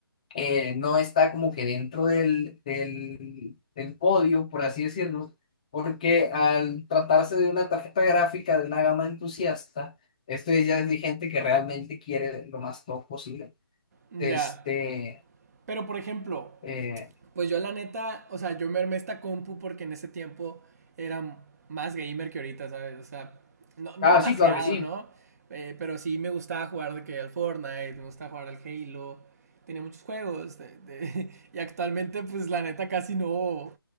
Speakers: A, on the left; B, on the right.
A: eh, no está como que dentro del del del podio, por así decirlo, porque al tratarse de una tarjeta gráfica de una gama entusiasta, esto ya es de gente que realmente quiere lo más top posible.
B: Ya,
A: Este,
B: pero por ejemplo,
A: eh,
B: pues yo la neta, o sea, yo me armé esta compu porque en ese tiempo era m- más gamer que ahorita, ¿sabes? O sea, no, no
A: ah,
B: demasiado,
A: sí, claro que sí.
B: ¿no? Eh, pero sí me gustaba jugar de que al Fortnite, me gustaba jugar al Halo, tenía muchos juegos de- de- <laughs> y actualmente pues la neta casi no,